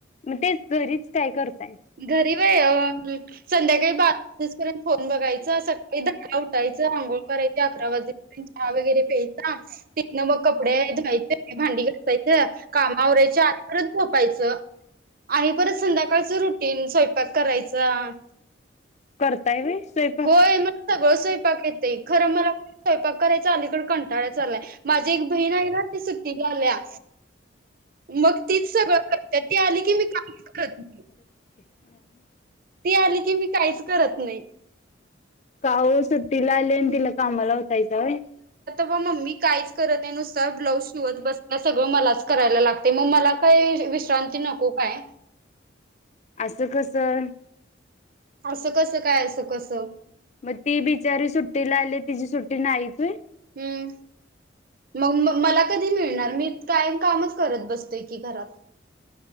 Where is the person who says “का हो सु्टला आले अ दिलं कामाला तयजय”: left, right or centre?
Left